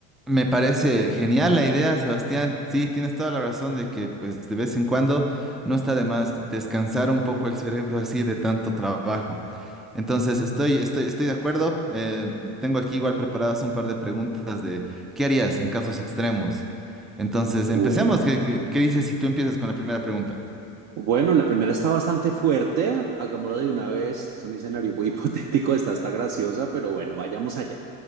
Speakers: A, in the centre; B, on the right.
A: Me parece genial la idea, Sebastián. Sí, tienes toda la razón de que, pues, de vez en cuando no está de más descansar un poco el cerebro así de tanto trabajo. Entonces, estoy, estoy, estoy de acuerdo. Eh, tengo aquí igual preparadas un par de preguntas de ¿qué harías en casos extremos? Entonces,
B: Bueno.
A: empecemos. ¿Qué, qué- qué dices si tú empiezas con la primera pregunta?
B: Bueno, la primera está bastante fuerte, hagámoslo de una vez, es un escenario muy <laughs> hipotético, está hasta graciosa, pero bueno, vayamos allá.